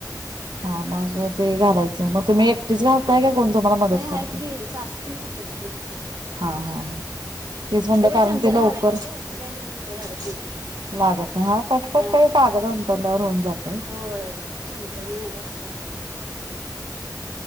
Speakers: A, on the right; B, on the right.
A: हा <inaudible> ते घालायचं मग तुम्ही एकटीच घालताय का कोण तुम्हाला मदत
B: नाही
A: करते?
B: आहेत की सासू पण घालताहेत की
A: हा हा हा तेच म्हणलं
B: काय
A: कारण
B: चमचाने
A: ते लवकर
B: घालायचंच काय ते काय लई वेळ लागत नाही
A: लागत हा पटपट
B: हा
A: काही कागद अंथरल्या वर होऊन जात
B: होय चमचा न भरा भरा होतय ते